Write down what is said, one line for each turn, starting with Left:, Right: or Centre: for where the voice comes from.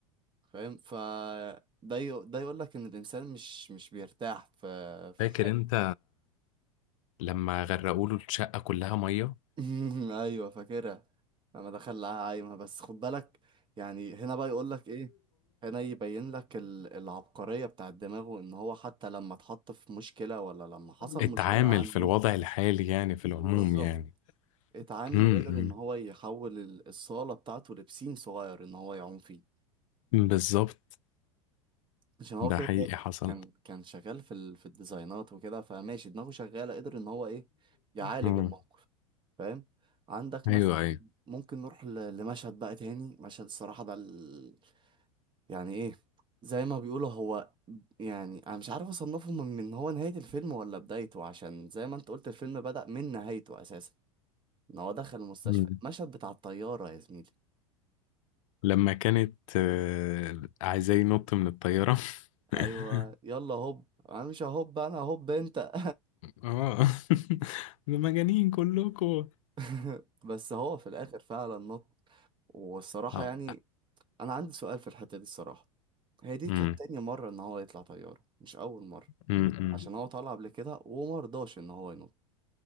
Right: فاهم ف ده يق- ده يقول لك ان الانسان مش مش بيرتاح في في
Left: فاكر
Right: حاجه
Left: انت لما غرقوا له الشقة كلها مية
Right: <laughs> ايوه فاكرها لما دخل لها عايمه بس خد بالك يعني هنا بقى يقول لك ايه هنا يبين لك ال- العبقريه بتاع دماغه ان هو حتى لما اتحط في مشكله ولا لما حصل
Left: اتعامل
Right: مشكله عنده
Left: في الوضع الحالي يعني في العموم
Right: بالظبط
Left: يعني
Right: اتعامل
Left: امم
Right: وقدر ان هو يحول ال- الصاله بتاعته لبسين صغير ان هو يعوم فيه
Left: بالظبط
Right: عشان هو
Left: ده
Right: كده
Left: حقيقي
Right: كده
Left: حصل
Right: كان كان شغال في ال... في الديزاينات وكده فماشي دماغه شغالة قدر ان هو ايه يعالج
Left: مم.
Right: الموقف فاهم عندك
Left: ايوه
Right: مثلا
Left: ايوه
Right: ممكن نروح ل... لمشهد بقى تاني مشهد الصراحة ده ال... يعني ايه زي ما بيقولوا هو يعني انا مش عارف اصنفه من من هو نهاية الفيلم ولا بدايته عشان زي ما انت قلت الفيلم بدأ من نهايته اساسا ان هو دخل المستشفى
Left: مم.
Right: المشهد بتاع الطيارة يا زميلي
Left: لما كانت آه، عايزاه ينط من الطيارة <laughs>
Right: ايوه يلا هوب انا مش هوب انا هوب انت
Left: اه <laughs> ده مجانين كلكم <laughs>
Right: <laughs> بس هو في الاخر فعلا نط والصراحة
Left: ه-
Right: يعني أنا عندي سؤال في الحتة دي الصراحة هي دي
Left: مم.
Right: كانت تاني مرة إن هو يطلع طيارة مش أول مرة
Left: مم. مم.
Right: عشان هو طلع قبل كده ومرضاش إن هو ينط